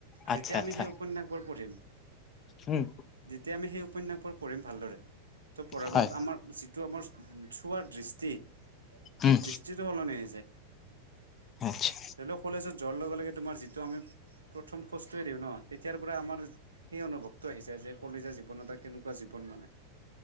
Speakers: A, on the left; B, on the right.
A: আচ্ছা
B: যেতিয়া আমি
A: আচ্ছা
B: সেই উপন্যাসবোৰ পঢ়িম
A: উম।
B: যেতিয়া আমি সেই উপন্যাসবোৰ পঢ়িম ভালদৰে। টো পঢ়া
A: হয়
B: পিছত আমাৰ যিটো আমাৰ চোৱাৰ দৃষ্টি। সেই
A: উম
B: দৃষ্টিটো সলনি হৈ যায়।
A: আচ্ছা।
B: ধৰিলওঁক কলেজত যোৱাৰ লগে লগে তোমাৰ যিটো আমি প্ৰথম খোজটোৱে দিওঁ ন তেতিয়াৰ পৰা আমাৰ সেই অনুভৱটো আহি যায় যে কলেজীয়া জীৱন এটা কেনেকুৱা জীৱন মানে।